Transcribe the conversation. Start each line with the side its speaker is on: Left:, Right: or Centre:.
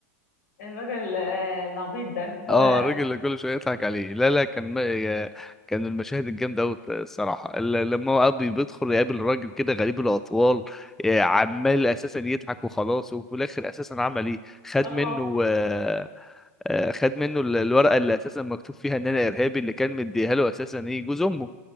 Left: <laughs> الراجل آه، العبيط ده اللي هو
Centre: اه الراجل اللي كل شويه يضحك عليه لا لا كان ما... يا- كان المشاهد الجامده قوي الصراحه ال- لما هو ابي بيدخل يقابل راجل كده غريب الاطوال آه، عمال اساسا يضحك وخلاص وفي الاخر اساسا عمل ايه خد
Left: اه
Centre: منه آه، آه، خد منه ال- الورقه اللي اساسا مكتوب فيها ان انا ارهابي اللي كان مديها له اساسا ايه جوز امه